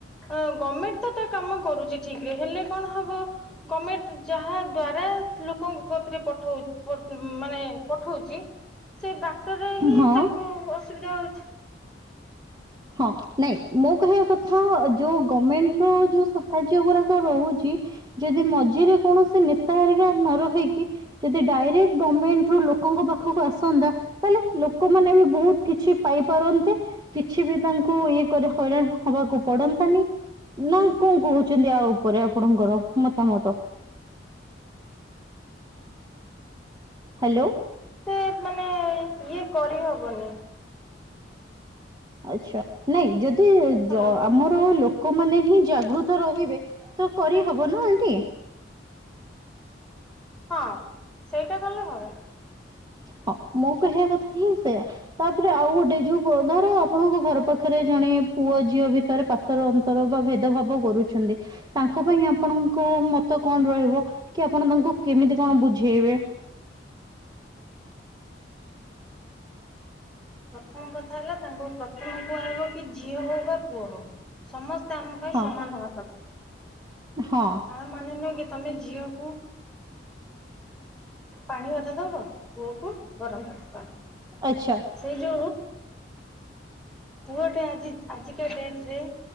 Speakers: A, in the centre; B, on the right.
A: ହଁ ଗମେଣ୍ଟ ତ ତା କାମ କରୁଛି ଠିକ ରେ ହେଲେ କଣ ହବ ଗମେଣ୍ଟ ଯାହା ଦ୍ଵାରା ଲୋକଙ୍କ କତିରେ ପଠଉ ମାନେ ପଠଉଛି କ୍ଟରରେ ହିଁ
B: ହଁ।
A: ତାଙ୍କୁ ଅସୁବିଧା ହଉଛି।
B: ହଁ ନାଇଁ ମୋ କହିବା କଥା ଯୋଉ ଗମେଣ୍ଟ ର ଯୋଉ ସାହାଯ୍ୟ ଗୁରା ସହାୟତା ରହୁଛି ଯଦି ମଝିରେ କୌଣସି ନ ୟତା ହେରିକା ନ ରହିକି ଯଦି ଡାଇରେକ୍ଟ ଗମେଣ୍ଟ ରୁ ଲୋକଙ୍କ ପାଖକୁ ଆସନ୍ତା ତାହେଲେ ଲୋକମାନେ ବି ବହୁତ କିଛି ପାଇପାରନ୍ତେ କିଛି ବି ତାଙ୍କୁ ଇଏ କରି ହଇରାଣ ହବାକୁ ପଡନ୍ତାନି ନା କଣ କହୁଛନ୍ତି ଆଉ ଉପରେ ଆପଣଙ୍କର ମତାମତ । ହ୍ୟାଲୋ।
A: ସେ ମାନେ ଇଏ କରିହବନି
B: ଆଚ୍ଛା ନାଇଁ ଯଦି ଆମର
A: ହଲୋ
B: ଲୋକ ଲୋକମାନେ ହିଁ ଜାଗୃତ ରହିବେ ତ କରିହବ ନା ଆଣ୍ଟି ।
A: ହଁ ସେଇଟା କଲେ ହବ ।
B: ହଁ ମୋ କହିବା କଥା ହିଁ ସେୟା ତାପରେ ଆଉ ଗୋଟେ ଯୋଉ ଧର ଆପଣଙ୍କ ଘର ପାଖରେ ଜଣେ ପୁଅ ଝିଅ ଭିତରେ ପାତର ଅନ୍ତର ବା ଭେଦଭାବ କରୁଛନ୍ତି ତାଙ୍କ ପାଇଁ ଆପଣଙ୍କ ମତ କଣ ରହିବ କି ଆପଣ ତାଙ୍କୁ କେମିତି କଣ ବୁଝେଇବେ?
A: ପ୍ରଥମ କଥା ହେଲା ତାଙ୍କୁ ପ୍ରଥମ କୁହାହେବ କି ଝିଅ ହଉ ବା ପୁଅ ହଉ ସମସ୍ତ ଆମ ପାଇଁ
B: ହଁ
A: ସମାନ ହବା ଦରକାର ।
B: ହଁ
A: ତା ମାନେ ନୁହେଁ କି ତମେ ଝିଅକୁ ପାଣି ମଧ୍ୟ ଦେବ ପୁଅକୁ ଗରମ ଦେବ।
B: ଆଚ୍ଛା।
A: ଯଉ ପୁଅ ଟେ ଆଜି ଆଜିକା ଡେଟ ରେ